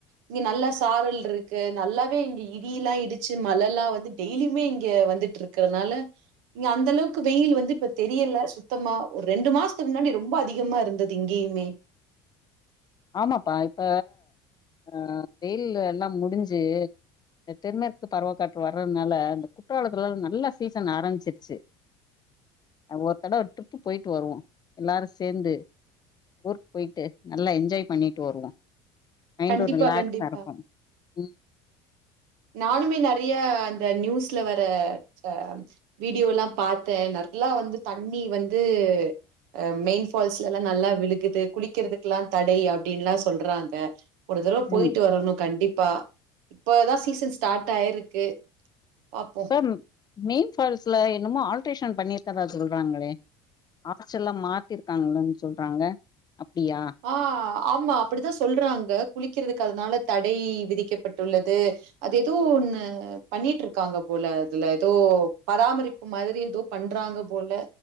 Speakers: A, on the right (about 75°); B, on the left (about 30°).
A: இங்க நல்லா சாரல் இருக்கு நல்லாவே இங்க இடியெல்லா இடிச்சு மழ எல்லா வந்து டெய்லியுமே இங்க வந்துட்டு இருக்கிறதுனால இங்க அந்த அளவுக்கு வெயில் வந்து இப்ப தெரியல சுத்தமா ஒரு ரெண்டு மாசத்துக்கு முன்னாடி ரொம்ப அதிகமா இருந்தது இங்கேயுமே
B: ஆமாப்பா இப்ப ஆஹ் வெயில் எல்லா முடிஞ்சு இந்த தென்மேற்கு பருவக் காற்று வர்றதுனால இந்த குற்றாலத்துலல்லா நல்ல சீசன் ஆரம்பிச்சிருச்சு ஆ ஒரு தடவ ஒரு ட்ரிப் போயிட்டு வருவோ எல்லாரு சேந்து ஊருக்கு போயிட்டு நல்லா எஞ் ன்ஜாய் பண்ணிட்டு வருவோ மைண்ட்
A: கண்டிப்பா,
B: ஒரு ரிலாக்ஸா
A: கண்டிப்பா.
B: இருக்கும் ம்
A: நானுமே நெறைய அந்த நியூஸ்ல வர அ வீடியோ எல்லாம் பாத்தேன் நல்லா வந்து தண்ணி வந்து அ மெயின்பால்ஸ்ல எல்லாம் நல்லா விழுகுது குளிக்கிறதுக்குெ எல்லாம் தடை அப்படின்னுல்லாம் சொல்றாங்க ஒரு தடவை போயிட்டு
B: ம்
A: வரணும் கண்டிப்பா இப்போ தாஸ் சீசன் ஸ்டார்ட் ஆயிருக்கு பாப்போ
B: இப்ப மெயின் ஃபால்ஸ்ல என்னமோ ஆல்ட்ரேஷன் பண்ணிருக்கதா சொல்றாங்களே ஆச்ச எல்லாம் மாத்திருக்காங்களன்னு சொல்றாங்க அப்டியா
A: ஆ ஆமா அப்டித்தான் சொல்றாங்க குளிக்கிறதுக்கு க்கறதுனாக தடை விதிக்கப்பட்டுள்ளது அது ஏதோ ஒண்ணு பண்ணிட்டு இருக்காங்க போல அதுல ஏதோ பராமரிப்பு மாதிரி ஏதோ பண்றாங்க போல